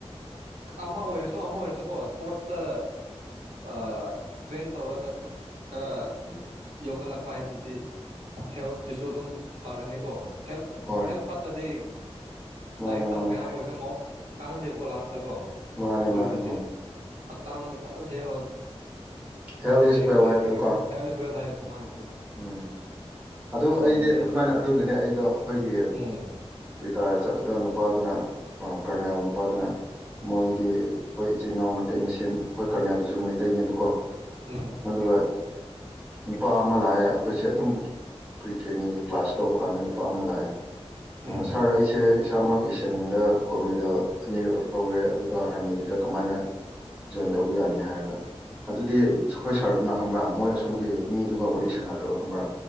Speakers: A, on the right; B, on the right.
A: ꯑꯃ ꯑꯣꯏꯔꯁꯨ ꯑꯃ ꯑꯣꯏꯔꯁꯨꯀꯣ ꯁ꯭ꯄꯣꯔꯠꯁꯇ ꯑ ꯇ꯭ꯔꯦꯟ ꯇꯧꯔꯒ ꯈꯔ ꯌꯣꯛꯈꯠꯂꯛꯄ ꯍꯥꯏꯕꯁꯤꯗꯤ ꯍꯦꯜꯠꯁꯤꯁꯨ ꯑꯗꯨꯝ ꯐꯔꯅꯤꯀꯣ ꯍꯦꯜꯠ
B: ꯍꯣꯏ
A: ꯍꯦꯜꯠ ꯐꯠꯇ꯭ꯔꯗꯤ
B: ꯃꯥꯅꯦ
A: ꯂꯥꯏꯔꯤꯛ
B: ꯃꯥꯅꯦ
A: ꯇꯝꯒꯦꯔꯥ ꯑꯃ ꯑꯣꯏꯒꯦꯔꯥ ꯃꯧ ꯀꯥꯟꯅꯗꯦꯕꯀꯣ ꯂꯥꯁꯇꯀꯣ
B: ꯃꯥꯅꯦ
A: ꯑꯔꯣꯏꯕꯗꯗꯤ
B: ꯃꯥꯅꯦ ꯍꯣꯏ
A: ꯍꯛꯆꯥꯡꯗꯣ ꯐꯖꯟ ꯁꯦꯝꯃꯒ
B: ꯍꯦꯜ
A: ꯑꯗꯨ
B: ꯏꯁ
A: ꯍꯌꯦꯡꯋꯥꯏ
B: ꯋꯦꯜ ꯍꯥꯏꯕꯗꯣꯀꯣ
A: ꯍꯦꯜꯠ ꯏꯁ ꯋꯦꯜ ꯍꯥꯏꯔꯦ ꯃꯥꯥꯟꯅ
B: ꯎꯝ ꯑꯗꯨ ꯑꯩꯗꯤ
A: ꯂꯟꯅꯤ ꯍꯥꯏꯕ
B: ꯑꯗꯨꯃꯥꯏꯅ ꯑꯗꯨꯒꯤꯅꯦ ꯑꯩꯗꯣ ꯑꯩꯈꯣꯏꯒꯤ
A: ꯎꯝ
B: ꯔꯤꯇꯥꯔ ꯆꯠꯄꯗꯣ ꯄꯥꯗꯨꯅ ꯑ ꯀꯔꯅꯦꯜ ꯅꯨꯄꯥꯗꯨꯅ ꯃꯣꯏꯗꯤ ꯑꯈꯣꯏ ꯏꯆꯤꯟꯜ ꯏꯅꯥꯎ ꯃꯩꯇꯩꯅ ꯁꯦꯝ ꯑꯈꯣꯏ ꯀꯔꯅꯦꯜꯗꯨꯁꯨ ꯃꯩꯇꯩꯅꯦꯕꯀꯣ
A: ꯎꯝ
B: ꯑꯗꯨꯒ ꯅꯨꯄꯥ ꯑꯃ ꯂꯥꯛꯑꯦ ꯑꯈꯣꯏꯁꯦ ꯑꯗꯨꯝ ꯄ꯭ꯔꯤ ꯇ꯭ꯔꯦꯅꯤꯡꯒꯤ ꯀ꯭ꯂꯥꯁ ꯂꯧꯕ ꯀꯥꯟꯗ ꯅꯨꯄꯥ ꯑꯃ ꯂꯥꯛꯑꯦ
A: ꯎꯝ
B: ꯁꯥꯔ ꯑꯩꯁꯦ ꯏꯁꯥꯃꯛ ꯇꯦꯟꯗ ꯒꯣꯜ ꯃꯦꯗꯜ ꯑꯅꯤꯔꯛ ꯂꯧꯔꯦ ꯑꯗꯨꯒ ꯑꯥꯔꯃꯤꯒꯤꯗ ꯀꯃꯥꯏꯅ ꯖꯣꯏꯟ ꯇꯧꯕ ꯌꯥꯅꯤ ꯍꯥꯏꯔꯒ ꯑꯗꯨꯗꯤ ꯑꯈꯣꯏ ꯁꯥꯔꯗꯨꯅ ꯈꯪꯕ꯭ꯔꯥ ꯃꯣꯏ ꯑꯁꯣꯝꯒꯤ ꯃꯤꯗꯨꯒ ꯋꯥꯔꯤ ꯁꯥꯟꯅꯈ꯭ꯔꯕ ꯈꯪꯕ꯭ꯔꯥ